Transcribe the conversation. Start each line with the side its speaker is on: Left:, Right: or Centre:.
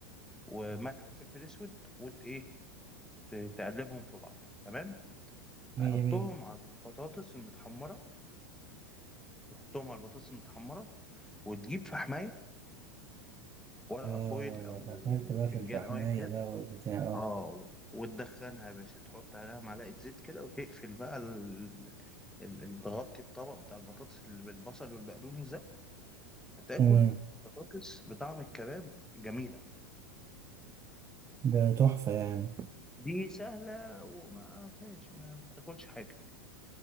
Centre: وملح وفلفل اسود وت ايه ت- تقلبهم في بعض تمام
Right: مية
Centre: تحطهم
Right: مية
Centre: على البطاطس المتحمره تحطهم على البطاطس المتحمره وتجيب في حمايه ورقه
Right: اه
Centre: فويل او
Right: دخلت بقى في
Centre: فنجان
Right: الفحمية
Centre: او ايا كان
Right: بقى والبتاع اه
Centre: اه وتدخنها يا باشا تحط عليها معلقة زيت كده وتقفل بقى ال... ال... ال- تغطي الطبق بتاع البطاطس اللي بالبصل والبقدونس ده هتاكل
Right: تمام
Centre: بطاطس بطعم الكباب جميلة
Right: ده تحفة يعني
Centre: دي سهلة وما فيهاش ما بتاخدش حاجة